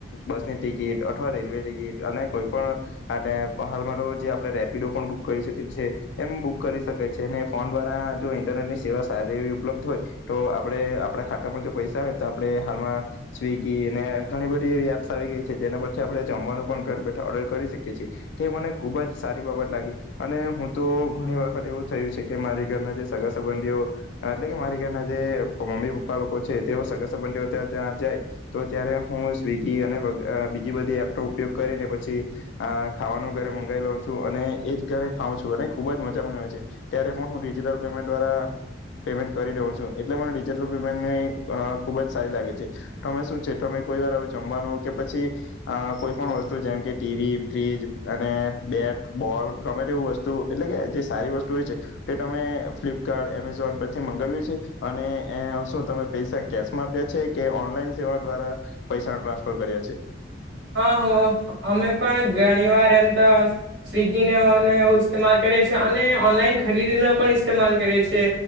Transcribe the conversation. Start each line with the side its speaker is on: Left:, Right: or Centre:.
Left: બસની ટિકિટ અથવા રેલવે ટિકિટ અને કોઈ પણ હાલમાં તો જે આપડ રેપિડો પણ બુક કરી શકી છી એમ બુક કરી શકે છે અને ફોન દ્વારા જો ઇન્ટરનેટ ની સેવા સારી એવી ઉપલબ્ધ હોય તો આપણે આપણા ખાતામાં જો પૈસા હોય તો આપણે હાલમાં સ્વીગી અને ઘણી બધી એવી એપ્સ આવી ગઈ છે જેના પરથી આપણે જમવાનું પણ ઘર બેઠા ઓર્ડર કરી શકીએ છીએ તો મને ખુબ જ સારી બાબત લાગી. અને હું તો ઘણી વખત એવું થયું છે કે મારી ઘરના જે સગા સંબંધીઓ એટલે કે મારી ઘરના જે મમ્મી પપ્પા લોકો છે તેઓ સગા સંબંધીઓ ત્યાં ત્યાં જાય તો ત્યારે હું સ્વિગી અને બીજી બધી એપનો ઉપયોગ કરીને પછી ખાવાનું ઘરે મંગાવી લઉ છું અને એ જ ઘરે ખાવં છું અને ખુબ જ મજા પણ આવે છે ત્યારે પણ હું ડિજિટલ પેમેન્ટ દ્વારા પેમેન્ટ કરી દઉં છું એટલે મને ડિજિટલ પેમેન્ટની ખુબ જ સારી લાગે છે તમે શું છે કોઈ વાર જમવાનું કે પછી અ કોઈ પણ વસ્તુ જેમ કે ટીવી ફ્રીજ અને બેટ બોલ ગમે વસ્તુ એટલે કે જે સારી વસ્તુ હોય છે તે તમે ફ્લિપકાર્ટ, એમેઝોન પરથી મંગાવ્યું છે, અને શું તમે પૈસા કેશમાં આપ્યા છે, કે ઓનલાઈન સેવા દ્વારા પૈસા ટ્રાન્સફર કર્યા છે.
Right: હા હો અમે પણ ઘણી વાર એમ તો સ્વિગીનેને એવ ઇતેમાલ કરે છે અને ઓનલાઈન ખરીદીનો પણ ઇસ્તેમાલ કરે છે,